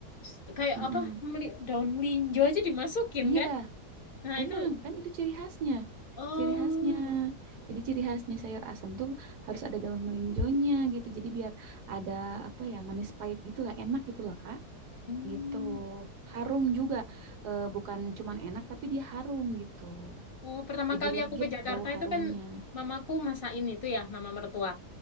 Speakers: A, on the left (about 35°); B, on the right (about 70°).
A: s- kayak
B: Mm-mm.
A: apa meli- daun melinjo aja dimasukin
B: Iya,
A: kan? Nah,
B: emang
A: itu
B: kan itu ciri khasnya.
A: oh
B: Ciri khasnya. Jadi ciri khasnya sayur asam tuh harus ada daun melinjonya gitu. Jadi biar ada apa ya manis pahit gitulah, enak gitulah Kak.
A: hmm.
B: Gitu. Harum juga. Eh, bukan cuman enak tapi dia harum gitu.
A: Oh, pertama
B: Jadi
A: kali
B: legit
A: aku ke Jakarta
B: bau harumnya.
A: itu kan mamaku masakin itu ya, mama mertua.